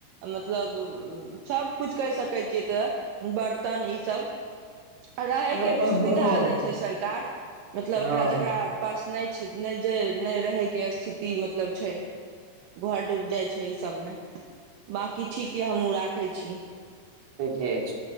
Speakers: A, on the right; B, on the right.
A: मतलब सबकुछ कहि सकै छियै तऽ बरतन इसब आ रहयके
B: हँ
A: भी सुविधा दै छै सरकार मतलब
B: हँ
A: एकरा जकरा पास नइ नइ जा नइ रहैके स्थिति मतलब छै घर डुइब जाइ छै ई सब में बाँकी ठीक यऽ हमहूँ राखै छी
B: ठीके छै